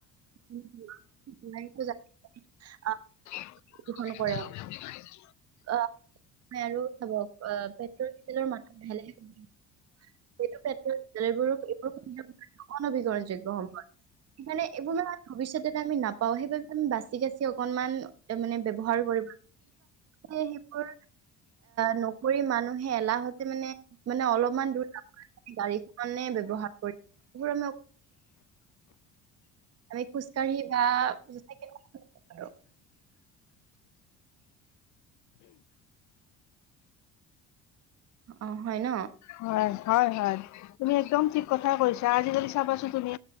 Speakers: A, on the right (about 50°); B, on the left (about 60°).
A: <unintelligible>
B: <unintelligible>
A: কৰে অ আৰু চাব আহ পেট্ৰল ডিজেলৰ মাত্ৰ লাহে লাহে কমি আহিছে সেইটো পেট্ৰল ডিজেল এইবোৰ এইবোৰ অনবীকৰণ যোগ্য হব মানে এইবোৰ ভৱিষ্যত আমি নাপাও সেইবাবে আমি বাচি কাচি অকনমান মানে ব্যৱহাৰ কৰি সেইবোৰ নকৰি মানুহে এলাহতে মানে অলপমান দূৰ গাড়ীখনে ব্যৱহাৰ কৰি বোৰ আমি আমি খোজ কাঢ়ি বা চাইকেলখন লৈ যাব পাৰো। অ হয় ন।
B: হয় হয় হয় তুমি একদম ঠিক কথাই কৈছা আজিকালি চাবাছো তুমি